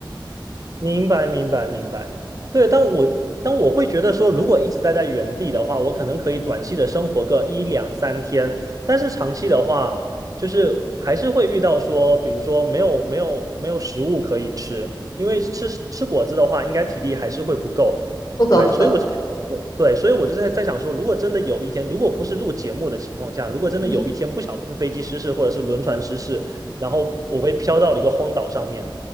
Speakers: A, on the right; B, on the left.
A: 明白，明白，明白。对，但我但我会觉得说，如果一直待在原地的话，我可能可以短期的生活个一两三天，但是长期的话，就是还是会遇到说，比如说没有没有没有食物可以吃，因为吃吃果子的话，应该体力还是会不够。
B: 不够不够，
A: 对，所以我就在我对，所以我就在在想说，如果真的有一天，如果不是录节目的情况下，如果真的有一天不小心飞机失事或者是轮船失事，
B: 嗯。
A: 然后我被飘到了一个荒岛上面。